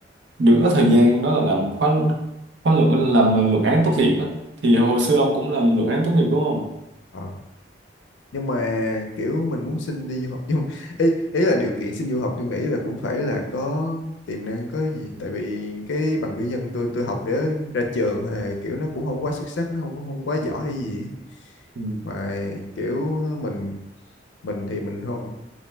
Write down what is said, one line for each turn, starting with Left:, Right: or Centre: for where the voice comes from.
Right: nửa thời gian đó là làm khóa khóa luận làm luận án tốt nghiệp á. thì hồi xưa ông cũng làm luận án tốt nghiệp đúng không
Left: À. nhưng mà kiểu mình muốn xin đi du học nhưng ý ý là điều kiện xin du học tôi nghĩ là cũng phải là có tiềm năng có gì tại vì cái bằng cử nhân tôi tôi học để ra trường thì kiểu nó cũng không quá xuất sắc nó không cũng không quá giỏi hay gì á.
Right: Ừ.
Left: mà kiểu mình mình thì mình không